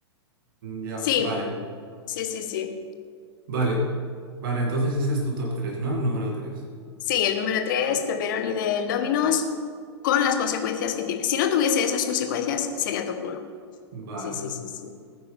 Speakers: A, on the right (about 50°); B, on the left (about 45°).
A: ya,
B: Sí,
A: vale,
B: sí, sí, sí.
A: vale. Vale, entonces ese es tu top tres ¿no? El número tres
B: Sí, el número 3 pepperoni del Domino's, con las consecuencias que tiene. Si no tuviese esas consecuencias, sería top uno.
A: Vale.
B: Sí, sí, sí, sí.